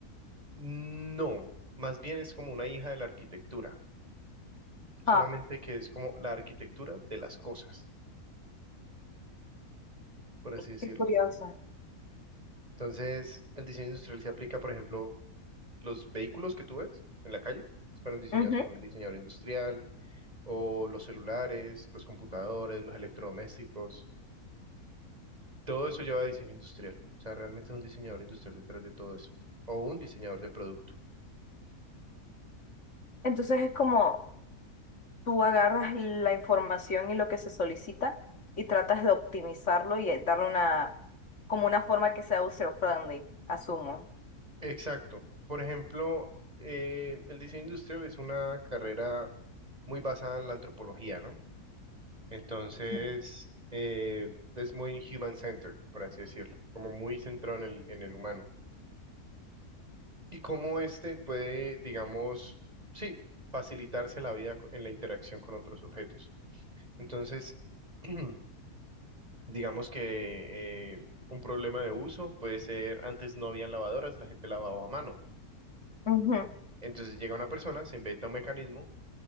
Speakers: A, on the right; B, on the left.
A: no, más bien es como una hija de la arquitectura solamente
B: Ah,
A: que es como la arquitectura de las cosas, por así decirlo.
B: qué curiosa.
A: Entonces, el diseño industrial se aplica, por ejemplo, los vehículos que tú ves en la calle fueron diseñados
B: Ujú.
A: por un diseñador industrial, o los celulares, los computadores, los electrodomésticos, todo eso lleva a diseño industrial. O sea, realmente es un diseñador industrial detrás de todo eso, o un diseñador de producto.
B: Entonces es como tú agarras la información y lo que se solicita y tratas de optimizarlo y eh, darle una, como una forma que sea user-friendly, asumo.
A: Exacto. Por ejemplo, eh, el diseño industrial es una carrera muy basada en la antropología, ¿no? Entonces,
B: Ujú.
A: eh, es muy human-centered, por así decirlo, como muy centrado en el, en el humano. Y cómo este puede, digamos, sí, facilitarse la vida co- en la interacción con otros objetos. Entonces, <clears throat> digamos que eh, un problema de uso puede ser, antes no había lavadoras, la gente lavaba a mano.
B: Ujú,
A: Entonces llega una persona, se inventa un mecanismo